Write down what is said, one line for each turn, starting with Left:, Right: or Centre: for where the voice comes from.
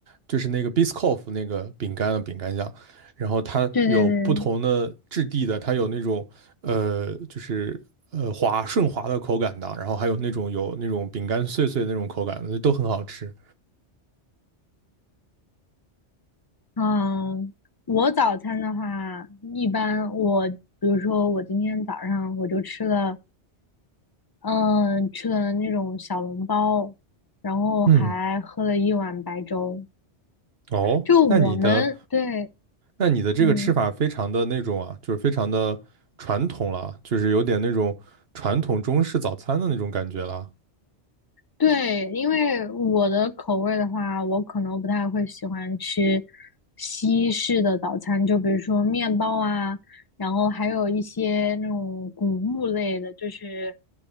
Right: 就是那个 Biscoff 那个饼干的饼干酱，然后它有不同的质地的，
Left: 对对对，
Right: 它有那种呃就是呃滑顺滑的口感的，然后还有那种有那种饼干碎碎的那种口感的，都很好吃。
Left: 嗯，我早餐的话，一般我比如说我今天早上我就吃了，嗯，吃了那种小笼包，然后还喝了一碗白粥。
Right: 嗯，哦，
Left: 就我们对
Right: 那你的那你的这个吃法非常的那种啊，
Left: 嗯，
Right: 就是非常的传统了啊，就是有点那种传统中式早餐的那种感觉了。
Left: 对，因为我的口味的话，我可能不太会喜欢吃西式的早餐，就比如说面包啊，然后还有一些那种谷物类的，就是